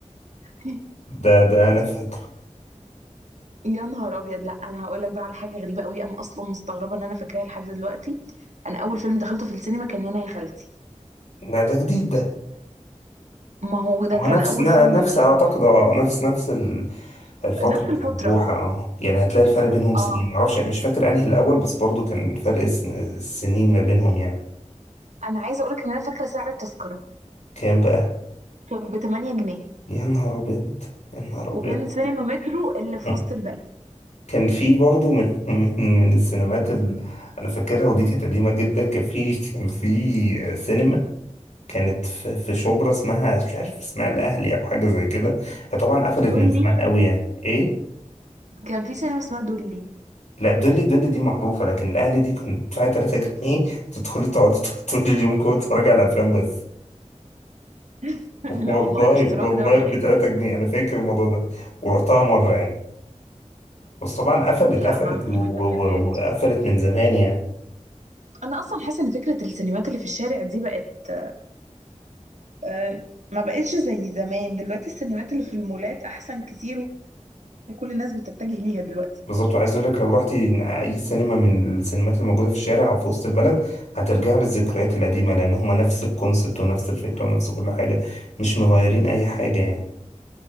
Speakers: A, on the right; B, on the left.
A: <laughs>
B: ده ده انا فاكره
A: يا نهار ابيض لا انا هقول لك بقى على حاجه غريبه قوي انا اصلا مستغربه ان انا فاكراها لحد دلوقتي انا اول فيلم دخلته في السينما كان يانا يا خالتي
B: لا ده جديد ده
A: ما هو ده
B: هو
A: كان
B: نفس
A: اول
B: ن-
A: فيلم
B: نفس
A: انا دخلته.
B: اعتقد اه نفس نفس ال- الفتره
A: نفس
B: بتاعت
A: الفتره
B: بوحه اه يعني هتلاقي الفرق بينهم
A: اه
B: سنين معرفش مش فاكر انهي الاول بس برضو كان فرق السن- السنين ما بينهم يعني
A: انا عايزه اقول لك ان انا فاكره سعر التذكره
B: كام بقى
A: كان ب 8 جنيه
B: يا نهار أبيض يا نهار أبيض
A: وكانت سينما مترو اللي في
B: <laughs>
A: وسط البلد
B: كان في برضه من من من السينمات اللي أنا فاكرها ودي كانت قديمة جدا كان في كان في سينما كانت في في شبرا اسمها مش عارف اسمها الأهلي أو حاجة زي كده هي طبعا قفلت
A: دولي
B: من زمان قوي يعني إيه؟
A: كان في سينما اسمها دولي
B: لا دولي دولي دي معروفة لكن الأهلي دي كانت تدفعي 3 جنيه تدخلي تقعدي <laughs> طول اليوم جوه تتفرجي على أفلام بس
A: <laughs>
B: والله
A: لا والله ده اشتراك
B: والله
A: ده ولا
B: ب
A: ايه
B: 3 جنيه أنا فاكر الموضوع ده ورحتها مرة يعني بس طبعا قفلت
A: لا
B: قفلت
A: ما ما
B: و- و-
A: فاكرهاش
B: و- وقفلت من زمان يعني
A: انا اصلا حاسه ان فكره السينمات اللي في الشارع دي بقت آه، ما بقتش زي زمان دلوقتي السينمات اللي في المولات احسن كتير وكل الناس بتتجه ليها دلوقتي
B: بالظبط وعايز اقول لك لو رحتي اي سينما من السينمات اللي موجوده في الشارع او في وسط البلد هترجع للذكريات القديمه لان هما نفس الكونسبت ونفس الفكره ونفس كل حاجه مش مغيرين اي حاجه يعني